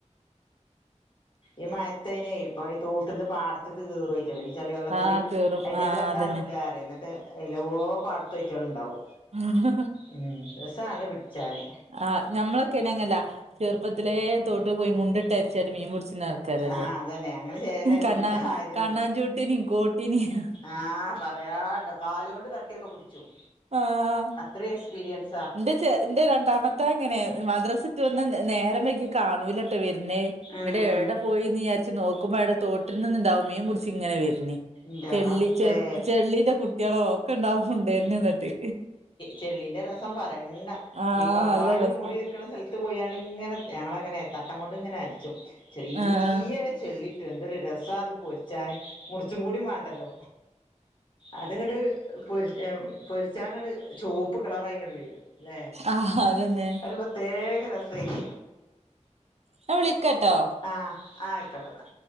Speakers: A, on the left; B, on the right.
A: ഈഹ് മയത്തേനെ ഇപ്പൊ ഈ തോട്ടീന്ന് പാടത്തേക്ക് കേ റ്റൂലെ ചളി വെള്ളത്തില്
B: ആ കേറും
A: അയിറ്റങ്ങക്ക്
B: ആ
A: കണ്ണ്
B: അതന്നെ
A: കാണൂല പറ ട്ട് എല്ലോ പാടത്തും അയിറ്റകളുണ്ടാവും
B: ആഹ് ആഹ്
A: ഉം രസാണ് പിടിച്ചാന്
B: ആഹ് നമ്മളൊക്കെ ഇനെ അങ്ങനല്ല ചെറുപ്പത്തിലെ തോട്ടിൽ പോയി മുണ്ടിട്ട് അരിച്ചാട്ടായിന് മീൻ പുടി ച്ചിരുന്ന ആൾക്കാരല്ലേ
A: ആഹ് അതന്നെ അങ്ങനെ ചെയ്യല്
B: കണ്ണാ
A: ആയതൊണ്ട്
B: കണ്ണാഞ്ചൂട്ടിനെയും കോട്ടിനെയും
A: ആഹ് പറയാണ്ടോ കാലോണ്ട് തട്ടിയൊക്കെ പിടിച്ചും
B: ആഹ്
A: ഇത്രയും എക്സ്പീരിയൻസ്
B: ഇന്റെ ചെ ഇന്റെ രണ്ടാമത്തവൻ അങ്ങനെയാ മദ്രസ്സ വിട്ട് വന്നാ നേരം വൈകി കാണൂല ട്ടാ വരുന്നേ
A: ഉം
B: എടെ
A: ഉം
B: എടെ പോയിന്ന് വിചാ രിച്ച് നോക്കുമ്പോ അവിടെ തോട്ടിൽ നിന്ന് ഉണ്ടാവും മീൻ പുടിച്ച് ഇങ്ങനെ വരുന്നേ
A: ന്റെ
B: ചെള്ളി
A: റബ്ബേ
B: ചെള്ളിന്റെ കുട്ടികളോ ഒക്കെ ഉണ്ടാവും കൊണ്ട് വരുന്നേ എന്നിട്ട്
A: ചെളീന്റെ രസം പറയണ്ട
B: ആഹ്
A: ഈ കാട്
B: നല്ല രസാ
A: മൂടി നിൽക്കണ സ്ഥല ത്ത് പോയാണ്ട് ഇങ്ങനെ ഞങ്ങളങ്ങനയാ തട്ടം കൊണ്ട് ഇങ്ങനെ അരിച്ചും ചെറിയ
B: ആഹ്
A: ചെളിയിട്ടും എന്തൊരു രസവാ അത് പൊരിച്ചാന് മുറിച്ചും കൂടി വേണ്ടല്ലോ അതങ്ങട്ട് പൊരി പൊരിച്ചാ അങ്ങട്ട് ചുവപ്പ് കളറായി ഇ ഇങ്ങോട്ട് വരും അല്ലേ
B: ആഹ് അതന്നെ
A: ഒരു പ്ര ത്യേക രസവായിന്
B: ഞാൻ വിളിക്കട്ടോ
A: ആഹ് ആഹ് ആയിക്കോട്ടെന്നാ